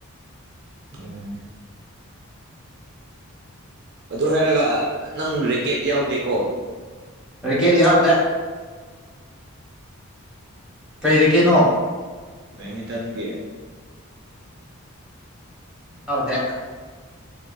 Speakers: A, on the right; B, in the centre.
A: ꯎꯅꯦ <inaudible> ꯑꯗꯨ ꯍꯥꯏꯔꯒ ꯅꯪ ꯔꯦꯀꯦꯠ ꯌꯥꯎꯗꯦꯀꯣ
B: ꯔꯦꯀꯦꯠ ꯌꯥꯎꯗꯦ ꯀꯩ ꯔꯦꯀꯦꯠꯅꯣ
A: ꯕꯦꯠ ꯃꯤꯇꯟꯒꯤ
B: ꯍꯥꯎꯗꯦ